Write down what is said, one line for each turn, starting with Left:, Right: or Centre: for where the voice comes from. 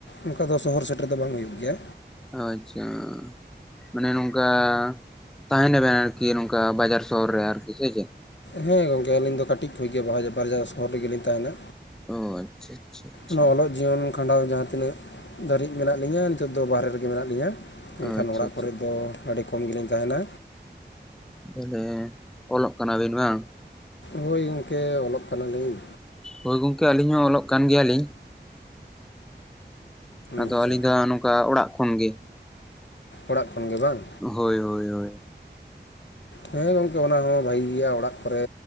Left: ᱚᱱᱠᱟ ᱫᱚ ᱥᱚᱦᱚᱨ ᱥᱮᱴᱮᱨ ᱫᱚ ᱵᱟᱝ ᱦᱩᱭᱩᱜ ᱜᱮᱭᱟ᱾
Centre: ᱚ ᱟᱪᱪᱷᱟ᱾ ᱢᱟᱱᱮ ᱱᱚᱝᱠᱟ ᱛᱟᱦᱮᱱᱟ ᱵᱮᱱ ᱟᱨᱠᱤ ᱱᱚᱝᱠᱟ ᱵᱟᱡᱟᱨ ᱥᱚᱦᱚᱨ ᱨᱮ ᱟᱨᱠᱤ ᱥᱮ ᱪᱮᱫ?
Left: ᱦᱮᱸ ᱜᱚᱝᱠᱮ ᱟᱹᱞᱤᱧ ᱫᱚ ᱠᱟᱴᱤᱡ ᱠᱷᱚᱡ ᱜᱮ ᱵᱟᱦᱟᱡᱟ ᱵᱟᱨᱡᱟᱨ ᱥᱚᱦᱚᱨ ᱨᱮᱜᱮ‌ ᱞᱤᱧ ᱛᱟᱦᱮᱸᱱᱟ᱾
Centre: ᱚ ᱟᱪᱪᱷᱟ ᱟᱪᱪᱷᱟ ᱟᱪᱪᱷᱟ
Left: ᱱᱚᱣᱟ ᱚᱞᱚᱜ ᱡᱤᱭᱚᱱ ᱠᱷᱟᱸᱰᱟᱣ ᱡᱟᱦᱟᱸ ᱛᱤᱱᱟᱹᱜ ᱫᱷᱟᱹᱨᱤᱡ ᱢᱮᱱᱟᱜ ᱞᱤᱧᱟᱹ ᱱᱤᱛᱚᱜ ᱫᱚ ᱵᱟᱨᱦᱮ ᱨᱮᱜᱮ ᱢᱮᱱᱟᱜ ᱞᱤᱧᱟᱹ᱾ ᱮᱱᱠᱷᱟᱱ
Centre: ᱟᱪᱪᱷᱟ
Left: ᱚᱲᱟᱜ
Centre: ᱟᱪᱪᱷᱟ
Left: ᱠᱚᱨᱮ ᱫᱚ ᱟᱹᱰᱤ ᱠᱚᱢ ᱜᱮᱞᱤᱧ ᱛᱟᱦᱮᱱᱟ᱾
Centre: ᱵᱚᱞᱮ ᱚᱞᱚᱜ ᱠᱟᱱᱟ ᱵᱤᱱ ᱵᱟᱝ?
Left: ᱦᱳᱭ ᱜᱚᱝᱠᱮ ᱚᱞᱚᱜ ᱠᱟᱱᱟ ᱞᱤᱧ᱾
Centre: ᱦᱳᱭ ᱜᱚᱝᱠᱮ ᱟᱞᱤᱧ ᱦᱚᱸ ᱚᱞᱚᱜ ᱠᱟᱱ ᱜᱮᱭᱟ ᱞᱤᱧ᱾ ᱟᱫᱚ
Left: ᱟᱪᱪᱷᱟ
Centre: ᱟᱹᱞᱤᱧ ᱫᱚ ᱦᱟᱸᱜ ᱱᱚᱝᱠᱟ ᱚᱲᱟᱜ ᱠᱷᱚᱱ ᱜᱮ᱾
Left: ᱚᱲᱟᱜ ᱠᱷᱚᱱ ᱜᱮ ᱵᱟᱝ?
Centre: ᱦᱳᱭ ᱦᱳᱭ ᱦᱳᱭ᱾
Left: ᱦᱮᱸ ᱜᱚᱝᱠᱮ ᱚᱱᱟ ᱦᱚᱸ ᱵᱷᱟᱜᱤ ᱜᱮᱭᱟ ᱚᱲᱟᱜ ᱠᱚᱨᱮ